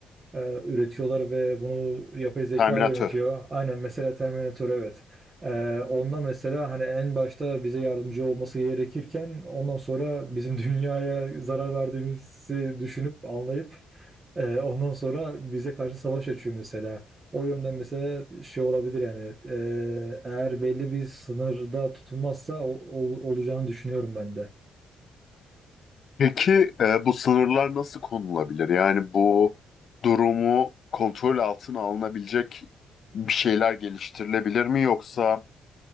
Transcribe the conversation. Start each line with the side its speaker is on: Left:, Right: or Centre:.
Right: e, üretiyorlar ve bunu yapay zeka
Left: Terminator.
Right: yönetiyor. Aynen mesela Terminator evet. E, onda mesela hani en başta bize yardımcı olması gerekirken ondan sonra bizim <laughs> dünyaya zarar verdiğimizi düşünüp anlayıp e, ondan sonra bize karşı savaş açıyor mesela. O yönden mesela şey olabilir yani e, eğer belli bir sınırda tutulmazsa ol- ol- olacağını düşünüyorum ben de.
Left: Peki e, bu sınırlar nasıl konulabilir? Yani bu durumu kontrol altına alınabilecek bir şeyler geliştirilebilir mi yoksa